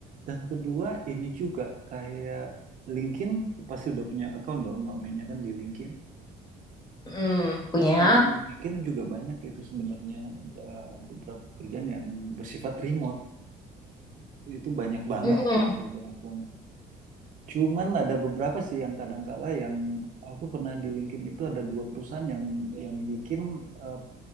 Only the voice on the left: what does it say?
Hmm, punya.
Mm-mm.